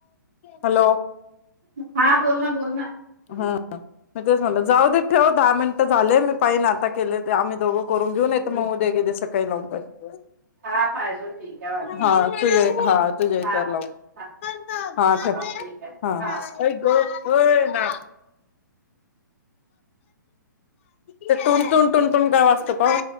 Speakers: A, on the left; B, on the right.
A: हॅलो.
B: हा बोल ना. बोल ना. हं.
A: हा. म तेच म्हणलं जाऊ देत. ठेव दहा मिनिटं झाले, मी. पाहि न आता केले ते आम्ही दोघं करून घेऊ नाहीत म उद्यागिद्या सकाळी लावून पाहिे
B: हा पाहिजे ठीक आहे वांधा नाही
A: हा तुझ हा तुझ्या इतार
B: हा
A: लावु
B: हा
A: हा ठेव
B: ठीक आहे हा हा
A: <unintelligible> हा ते टुणटुण टुणटुण काय वाजत पहा.